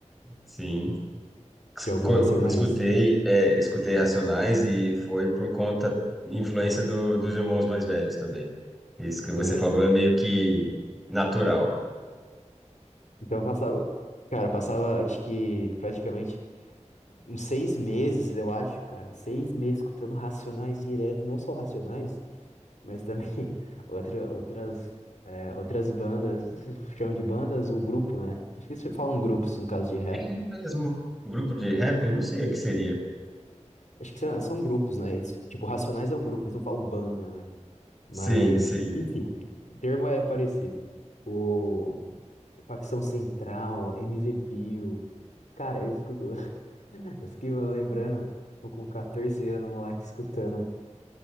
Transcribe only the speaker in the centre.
Sim,
Co-
escutei, é, escutei Racionais e foi por conta, influência do, dos irmãos mais velhos também. Isso que você
falou é meio que natural.
É mesmo. Grupo de rap, eu não sei o que seria.
Sim, sim.